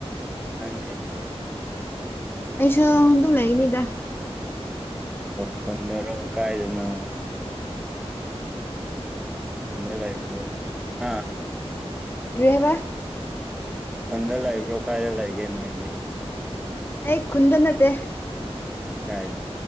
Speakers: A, in the centre; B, on the left (about 20°).
A: ꯅꯪꯗꯤ
B: ꯑꯩꯁꯥ ꯍꯗ ꯂꯩꯒꯅꯤꯗ
A: ꯑꯣꯈꯟꯗꯔ ꯀꯥꯏꯗꯅꯣ
B: ꯑ
A: ꯐꯗ ꯂꯩ ꯍꯥꯏ ꯑꯥ
B: ꯔꯦꯍꯕ
A: ꯐꯣꯟꯗ ꯂꯩꯏꯕ꯭ꯔꯣ ꯀꯥꯏꯗ ꯂꯩꯒꯦ ꯅꯣꯏꯗꯤ
B: ꯑꯩ ꯈꯨꯟꯗ ꯅꯠꯇꯦ
A: ꯀꯥꯏꯗ